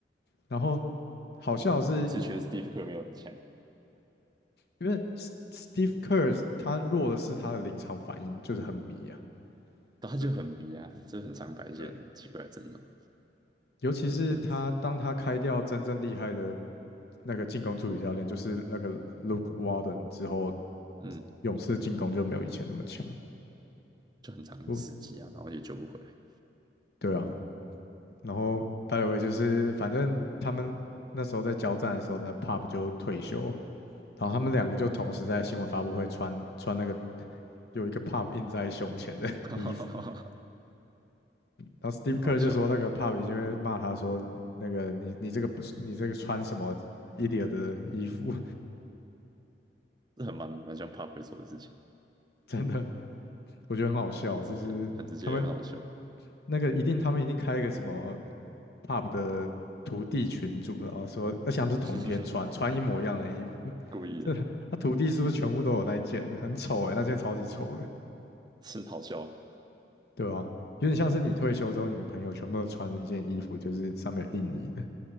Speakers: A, on the left; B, on the right.
A: 然后好笑的是，
B: 我是觉得 s t e v 没有很强，
A: 因为 S- Steve Kerr 他弱的是他的临场反应，就是很迷啊。
B: 但他就很迷啊，
A: 对
B: 就很常摆一些很奇怪的阵容，
A: 对，尤其是他当他开掉真正厉害的
B: 但也是
A: 那个进攻助理教练，就是那个 Luke Walton 之后，
B: 嗯，
A: 勇士进攻就没有以前那么强。
B: 就很常死机啊，
A: 不，
B: 然后也救不回来，
A: 对啊。然后 by t 就是反正他们那时候在交战的时候呢，Pop 就退休，然后他们两个就同时在新闻发布会穿穿那个有一个 pub 印在胸前的
B: <laughs>
A: <laughs>
B: 哈哈哈哈哈，
A: 衣服，然后 Steve
B: 蛮好笑的，
A: Kerr 就说那个 pub 已经会骂他说那个你你这个不是你这个穿什么 idiot 的衣服，
B: 这很蛮蛮像 Pop 会做的事情，
A: <laughs> 真的我觉得很好笑，
B: 这很直接，
A: 就是他们
B: 很直接又很好笑，
A: 那个一定他们一定开一个什么 pub 的徒弟群组，然后说而且他们是同一天穿穿一模一样的衣服，
B: <laughs> 故意的。
A: <laughs> 这他徒弟是不是全部都有那一件？很丑哎，那件超级丑的。
B: 是好笑。
A: 对啊，有点像是你退休之后，你的朋友全部都穿一件衣服，就是上面有印你的，